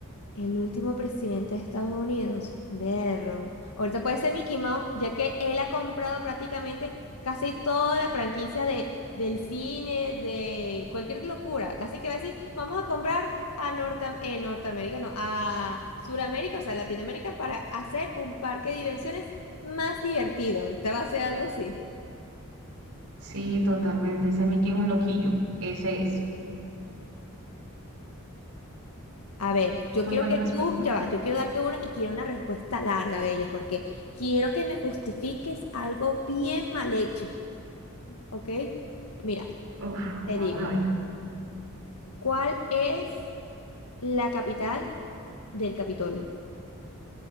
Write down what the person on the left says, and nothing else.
El último presidente de Estados Unidos, berro. Ahorita puede ser Mickey Mouse, ya que él ha comprado prácticamente casi toda la franquicia de, del cine, de cualquier locura. Casi que va a decir, vamos a comprar a Norte, eh, Norteamérica, no, a Suramérica, o sea, Latinoamérica, para hacer un parque de diversiones más divertido. Ahorita va a ser algo así.
A ver, yo
quiero
que
tú, ya va, yo quiero darte una y quiero una respuesta larga, Bella, porque quiero que me justifiques algo bien mal hecho, ¿ok? Mira,
te
digo,
¿cuál es la capital del Capitolio?